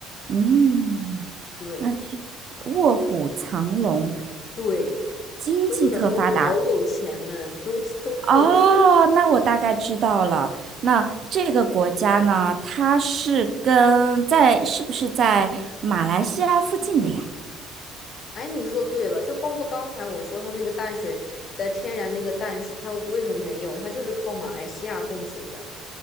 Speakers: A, on the right (about 50°); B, on the left (about 50°).
A: 嗯，
B: 对
A: 那这卧虎藏龙，
B: 对，
A: 经济特发达。
B: 就很多老有钱们都都特
A: 哦，那我大概知道了。那这个国家呢，它是跟在是不是在马来西亚附近的呀？
B: 哎，你说对了，就包括刚才我说它那个淡水的天然那个淡水，它为什么没有？它就是靠马来西亚供水的，